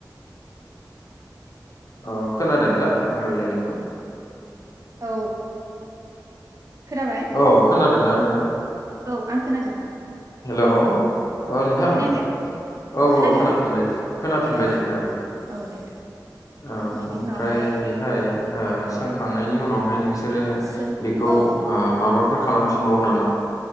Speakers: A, on the left (about 50°); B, on the right (about 45°).
A: अ खोनादों दा आं रायलायनायखौ।
B: औ खोनाबाय
A: औ खोना दोंना नोङो।
B: औ आं खोनादों।
A: हेलौ। अ नोंथां
B: खोनायाखै
A: औ-
B: खोनादों
A: औ खोनाफिनबाय खोनाफिनबाय
B: ए
A: दे खोनाबाय
B: औ दे
A: ओ
B: बिनि
A: ओमफ्राय
B: उनावहाय
A: बेहाय ओ सोंखांनायनि उनावहाय नों सोरो
B: सों
A: बेखौ
B: औ
A: माबा फोर खालामफिनबावो नामा।